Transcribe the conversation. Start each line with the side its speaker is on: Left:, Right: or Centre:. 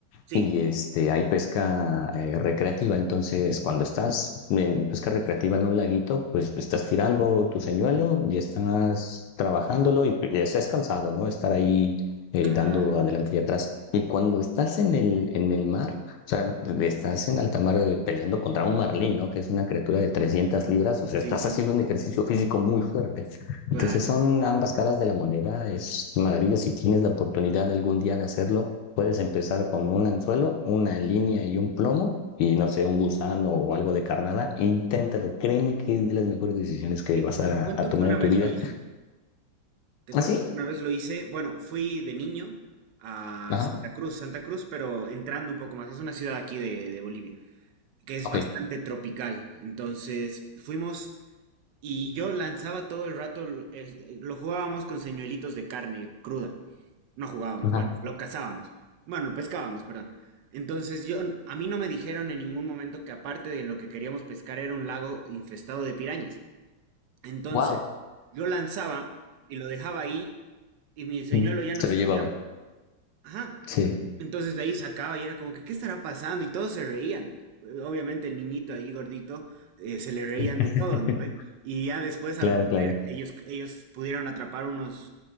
Right: sí,
Left: y este, hay pesca eh, recreativa, entonces cuando estás en pesca recreativa en un laguito, pues estás tirando tu señuelo y estás trabajándolo y, y estás cansado, ¿no? Estar ahí eh,
Right: claro,
Left: dando adelante y atrás. Y cuando estás en el, en el mar, o sea, estás en alta mar eh, peleando contra un marlín, ¿no? Que es una criatura de 300 libras, o sea,
Right: sí,
Left: estás
Right: sí,
Left: haciendo un ejercicio físico muy fuerte.
Right: claro.
Left: Entonces son ambas caras de la moneda, es maravilla si tienes la oportunidad algún día de hacerlo Puedes empezar con un anzuelo, una línea y un plomo, y no sé, un gusano o algo de carnada. Inténtalo, créeme que es de las mejores decisiones que
Right: Te,
Left: vas
Right: te
Left: a,
Right: cuento
Left: a tomar
Right: que una
Left: en
Right: vez
Left: tu vida.
Right: lo hice. Te
Left: ¿Ah,
Right: cuento
Left: sí?
Right: que una vez lo hice. Bueno, fui de niño a
Left: Ajá.
Right: Santa Cruz, Santa Cruz, pero entrando un poco más. Es una ciudad aquí de, de Bolivia, que es
Left: Ok.
Right: bastante tropical. Entonces fuimos y yo lanzaba todo el rato, l- es- lo jugábamos con señuelitos de carne cruda. No jugábamos,
Left: Ajá.
Right: bueno, lo cazábamos. Bueno, lo pescábamos, perdón. Entonces yo, a mí no me dijeron en ningún momento que aparte de lo que queríamos pescar era un lago infestado de pirañas. Entonces,
Left: Wow.
Right: yo lanzaba y lo dejaba ahí y mi señuelo
Left: <laughs>
Right: ya
Left: Se
Right: no existía.
Left: lo llevaban.
Right: Ajá.
Left: Sí.
Right: Entonces de ahí sacaba y era como que, ¿qué estará pasando? Y todos se reían. Eh, Obviamente el niñito ahí gordito, eh, se le reían
Left: <laughs>
Right: de todo, ¿no ve? Y ya después
Left: Claro,
Right: al volver,
Left: claro.
Right: ellos, ellos pudieron atrapar unos,